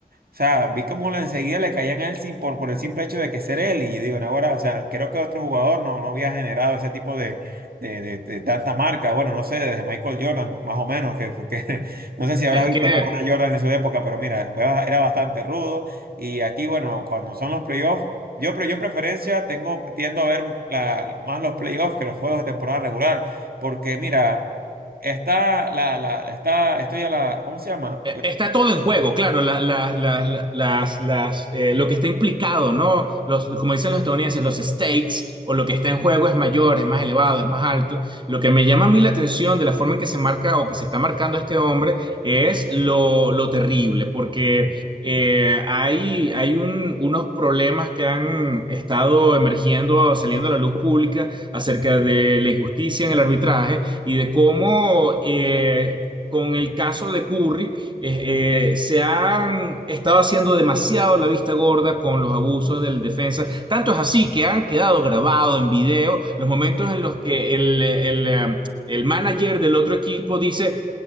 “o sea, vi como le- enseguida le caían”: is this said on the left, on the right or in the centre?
Right